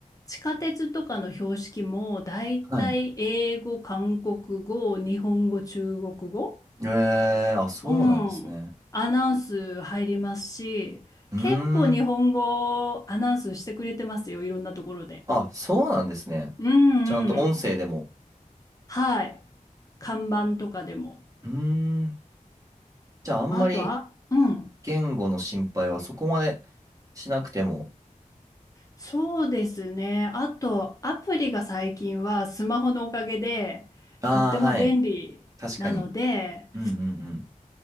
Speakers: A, on the left; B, on the right.
A: 地下鉄とかの標識も、だいたい英語、
B: はい。
A: 韓国語、日本語、中国語、
B: ええあ、そうなんですね。
A: うん、アナウンス入りますし、
B: うーん。
A: 結構日本語アナウンスしてくれてますよ、いろんなところで。
B: あ、そうなんですね。
A: うんうん。
B: ちゃんと音声でも。
A: はい。看板とかでも。
B: うーん。じゃあ、あんまり
A: あとは、うん。
B: 言語の心配はそこまでしなくても、
A: そうですね。あと、アプリが最近はスマホのおかげでとっても便利なので、
B: ああ、はい。確かに。うんうんうん。